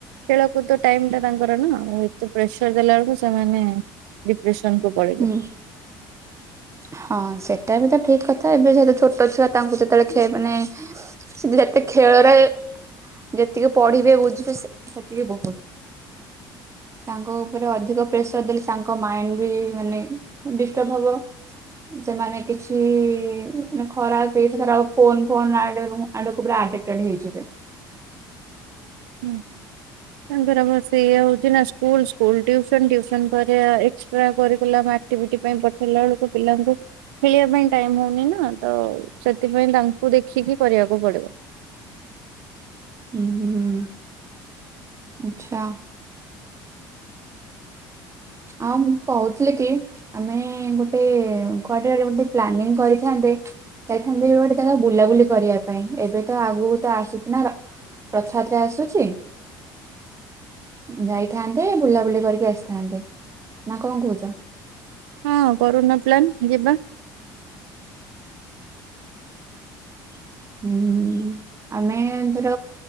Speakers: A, on the right; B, on the right.
A: ଖେଳକୁଦ ଟାଇମ ଟା ତାଙ୍କର ନା ଆଉ ଏତେ ପ୍ରେସର ଦେଲା ବେଳକୁ ସେମାନେ ଡିପ୍ରେସନକୁ ପଳେଇବେ।
B: ହୁଁ ହଁ ସେଟା ବି ତ ଠିକ କଥା ଏବେ ଯେହେତୁ ଛୋଟ ଛୁଆ ତାଙ୍କୁ ଯେତେବେଳେ ଖିଆ ମାନେ ସେ ଯେତେ ଖେଳରେ ଯେତିକି ପଢିବେ ବୁଝିବେ ସେ-ସେତିକି ବହୁତ ତାଙ୍କ ଉପରେ ଅଧିକ ପ୍ରେସର ଦେଲେ ତାଙ୍କ ମାଇଣ୍ଡ ବି ମାନେ ଡିଷ୍ଟର୍ବ ହବ। ସେମାନେ କିଛି ମାନେ ଖରାପ ସେଥିରେ ଆଉ ଫୋନ ଫୋନ୍ ଆଡ-ଆଡକୁ ପୁରା ଆଡ଼ିକ୍ଟେଡ ହେଇଯିବେ।
A: ହୁଁ। ତାଙ୍କର ବା ସେୟା ହଉଚିନା ସ୍କୁଲ୍, ସ୍କୁଲ୍ ଟିଉସନ୍, ଟିଉସନ୍ ପରେ ଏକ୍ସଟ୍ରା କରିକୁଲାର ଆ ଆକ୍ଟିଭିଟି ପାଇଁ ପଠେଇଲା ବେଳକୁ ପିଲାଙ୍କୁ ଖେଳିବା ପାଇଁ ଟାଇମ ହଉନି ନା ତ ସେଥିପାଇଁ ତା ବୁ ଦେଖିକି କରିବାକୁ ପଡିବ।
B: ହୁଁ ହୁଁ ଆଚ୍ଛା। ଆଉ ମୁଁ କହୁଥିଲି କି ଆମେ ଗୋଟେ କୁଆଡେ ଗୋଟେ ପ୍ଲାନିଂ କରିଥାନ୍ ଯାଇଥାନ୍ତେ ଗୋଟେ ଜାଗାକୁ ବୁଲାବୁଲି କରିବା ପାଇଁ, ଏବେ ତ ଆଗକୁ ତ ଆସୁଛି ନା ର ରଥଯାତ୍ରା ଆସୁଛି? ଯାଇଥାନ୍ତେ ବୁଲାବୁଲି କରିକି ଆସିଥାନ୍ତେ, ନା କଣ କହୁଛ?
A: ହଁ କରୁନା ପ୍ଲାନ୍ ଯିବା।
B: ହୁଁ। ଆମେ ଧର